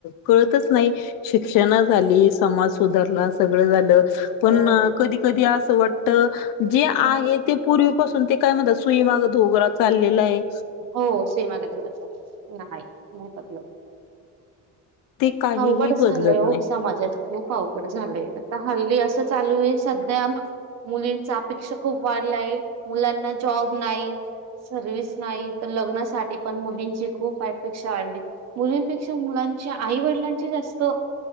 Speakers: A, on the left; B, on the right.
A: कळतच नाही. शिक्षण
B: हं.
A: झाली समाज सुधारला सगळं झालं पण
B: हो
A: कधी कधी आस असं वाटत जे आहे
B: हं.
A: ते पूर्वीपासून ते काय म्हणत सुईमाग धोरा चाललेलाये.
B: हो सुईमागे दोरा चालला नका एकू नाही पटल
A: ते काहीही
B: अवघड झालय
A: बदलत
B: ओ
A: नाही
B: समाजच. खूप अवघड झालंय आता हल्ली असं चालूये सध्या मुलींचा अपेक्षा खूप वाढलाय, मुलांना जॉब नाही सर्विस नाही त लग्नासाठी पण मुलींची खूप अपेक्षा वाढली मुलीपेक्षा मुलांची आई-वीडील च्या जास्त